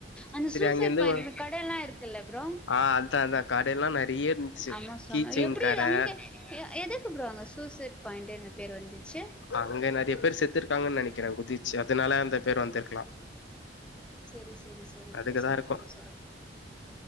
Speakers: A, in the centre; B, on the left.
A: அந்த
B: சரி
A: சூசைட்
B: அங்கேருந்து
A: பாய்ண்ல கடை எல்லா இருக் தில்ல ப்ரோ
B: ஆ அதா அதா கடையெல்லா நெறைய இருந்துச்சு
A: ஆமா சொன்ன
B: கீ செயின்
A: எப்டி
B: கட
A: அங்க அ எதுக்குப் ப்ரோ அங்க சூசேட் பாயிண்டெனு பெர் வந்துச்சி
B: அங்க நெறைய பேர் செத்துருக்காங்கனு நெனைற குதிச்சி அதனால அந்த பெர் வந்திருக்கலா
A: செரி செரி செரிப்பா
B: அதுக்குதா
A: செரிப்பா
B: இருக்கு
A: சாரு